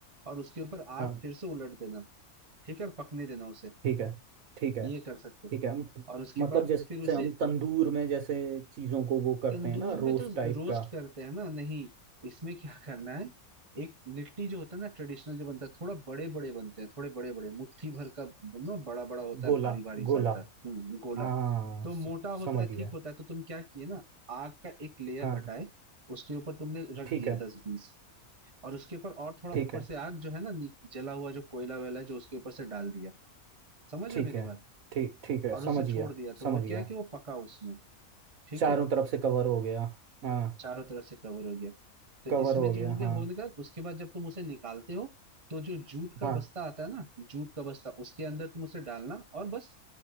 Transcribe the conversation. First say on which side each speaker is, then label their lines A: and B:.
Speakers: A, on the right; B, on the right.
A: और उसके ऊपर आग
B: हाँ
A: फिर से उलट देना ठीक है और पकने देना उसे
B: ठीक है ठीक है
A: ये कर सकते हो
B: ठीक है म-
A: और उसके
B: मतलब
A: बाद
B: जैसे
A: फिर उसे
B: हम तंदूर में जैसे चीजों को वो करते
A: तंदूर
B: हैं ना रोस्ट
A: में तो
B: टाइप
A: रोस्ट
B: का
A: करते हैं ना नहीं इसमें क्या करना है एक लिट्टी जो होता है ना ट्रेडिशनल जो बनता है थोड़ा बड़े बड़े बनते हैं थोड़े बड़े बड़े मुट्ठी भर का ना बड़ा बड़ा होता
B: गोला
A: है भारी भारी
B: गोला
A: सा होता है हम्म गोला
B: हाँ
A: तो
B: स-
A: मोटा होता
B: समझ
A: है
B: गया
A: ठीक होता है तो तुम क्या किए ना आग का एक लेयर
B: हाँ
A: हटाए उसके ऊपर तुमने रख
B: ठीक
A: दिया
B: है
A: दस बीस और उसके ऊपर और थोड़ा
B: ठीक
A: ऊपर
B: है
A: से आग जो है ना नी- जला हुआ जो कोयला वेला है जो उसके ऊपर से डाल दिया समझ
B: ठीक
A: रहे हो मेरी
B: है
A: बात
B: ठीक ठीक है
A: और
B: समझ
A: उसे छोड़
B: गया
A: दिया तो
B: समझ
A: वो
B: गया
A: क्या है कि वो पका उसमें ठीक
B: चारों
A: है
B: तरफ से कवर हो गया हाँ
A: चारों तरफ से कवर हो गया तो
B: कवर
A: इसमें
B: हो
A: जो
B: गया
A: हो गया
B: हाँ
A: होने का उसके बाद जब तुम उसे निकालते हो तो जो जूट का
B: हाँ
A: बस्ता आता है ना जूट का बस्ता उसके अंदर तुम उसे डालना और बस